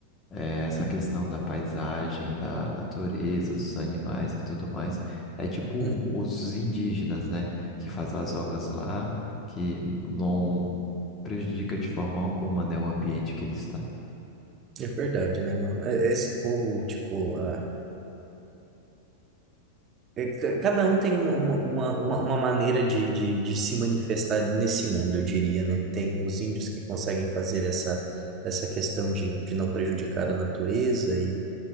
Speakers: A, on the left (about 25°); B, on the right (about 30°).
A: eh, essa questão da paisagem, da natureza, dos animais e tudo mais. É tipo
B: uhum.
A: os indígenas, né? Que fazem as ocas lá, que não prejudica de forma alguma, né, o ambiente que ele está.
B: É verdade, né, mano? É- é Esse povo, tipo, ah, é ca- cada um tem uma, uma, uma, uma uma maneira de, de, de se manifestar nesse mundo, eu diria, né? Tem os índios que conseguem fazer essa, essa questão de, de não prejudicar a natureza e,